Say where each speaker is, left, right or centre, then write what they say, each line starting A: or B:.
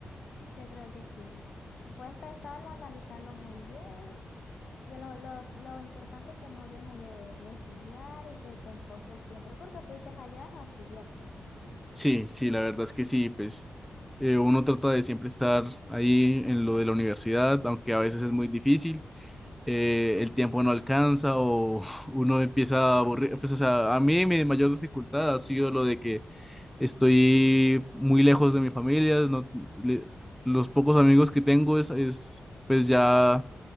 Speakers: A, on the left; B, in the centre.
A: Yo creo que sí. Puedes pensarlo, analizarlo muy bien. Y lo, lo, lo importante es que no dejes de, de estudiar y que te enfoques siempre, porque fuiste allá a estudiar, pues.
B: Sí, sí, la verdad es que sí, pues eh, uno trata de siempre estar ahí en lo de la universidad, aunque a veces es muy difícil. eh, el tiempo no alcanza o <laughs> uno empieza a aburrir. Pues, o sea, a mí mi mayor dificultad ha sido lo de que estoy muy lejos de mi familia, no- le- los pocos amigos que tengo es, es, pues ya